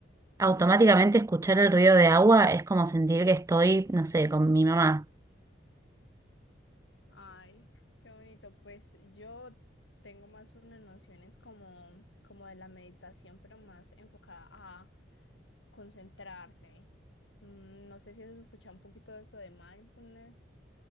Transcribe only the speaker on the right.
automáticamente escuchar el ruido de agua es como sentir que estoy, no sé, con mi mamá.